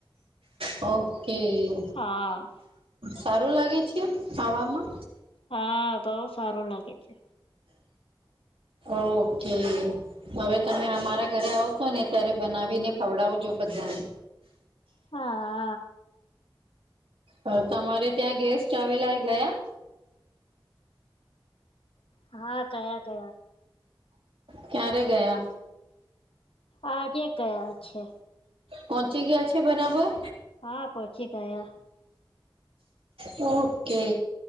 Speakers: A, on the right (about 85°); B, on the left (about 85°).
A: ઓકે.
B: હા.
A: સારું લાગે છે ખાવામાં.
B: હા બઉ સારું લાગે છે.
A: ઓકે હવે તમે અમારા ઘરે આવશો ને ત્યારે બનાવીને ખવડાવજો બધાને.
B: હા.
A: હવે તમારે ત્યાં ગેસ્ટ આવેલા એ ગયા?
B: હા કયા કયા?
A: ક્યારે ગયા?
B: આજે ગયા છે.
A: પહોંચી ગયા છે બરાબર?
B: હા, પહોંચી ગયા.
A: ઓકે.